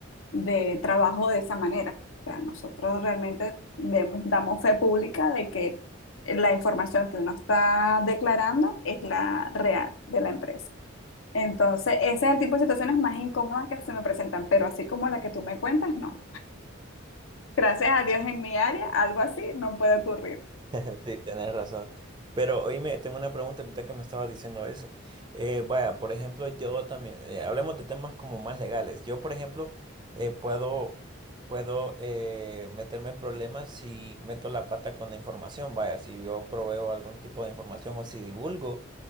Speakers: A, on the left; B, on the right.
A: de trabajo de esa manera. O sea, nosotros realmente vemos- damos fe pública de que la información que uno está declarando es la real de la empresa. Entonces, ese es el tipo de situaciones más incómodas que se me presentan, pero así como la que tú me cuentas, no. Gracias a Dios en mi área, algo así no puede ocurrir.
B: <laughs> Sí, tenés razón. Pero oíme, tengo una pregunta ahorita que me estaba diciendo eso. Eh, vaya, por ejemplo, yo también, eh, hablemos de temas como más legales. Yo, por ejemplo, eh, puedo, puedo eh, meterme en problemas si meto la pata con la información, vaya, si yo proveo algún tipo de información o si divulgo